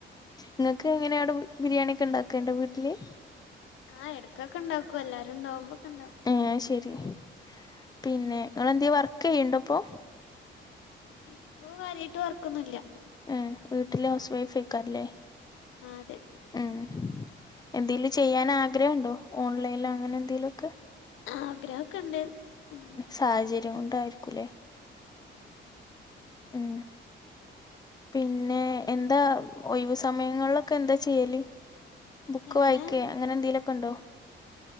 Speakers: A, on the left (about 20°); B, on the left (about 85°).
A: ഇങ്ങക്ക് എങ്ങനെ അവിടെ ബിരിയാണി ഒക്കെ ഇണ്ടാക്കണ്ടോ വീട്ടില്
B: ആഹ് എടക്കൊക്കെ ഇണ്ടാക്കും എല്ലാരും ഉണ്ടാവുമ്പോക്കെ ഇണ്ടാക്കും
A: ഏ ശരി പിന്നെ ഇങ്ങള് എന്തേ വർക്ക് ചെയ്യ്ണ്ടപ്പൊ
B: ഇപ്പൊ കാര്യായിട്ട് വർക്കൊന്നുല്ല
A: ഏഹ് വീട്ടില് ഹൗസ് വൈഫ് അയ്ക്കാരല്ലേ
B: ആ അതെ
A: ഉം എന്തേലും ചെയ്യാൻ ആഗ്രഹണ്ടോ ഓൺലൈലോ അങ്ങനെ എന്തേലൊക്കേ
B: ആഗ്രഹൊക്കെണ്ട് ഉം
A: സാഹചര്യം കൊണ്ടായിരിക്കുല്ലെ
B: ഉം
A: ഉം പിന്നെ എന്താ ഒഴിവ് സമയങ്ങള്ലൊക്കെ എന്താ ചെയ്യല് ബുക്ക്
B: എങ്ങനെ
A: വായിക്കേ അങ്ങനെ എന്തേലൊക്കെണ്ടോ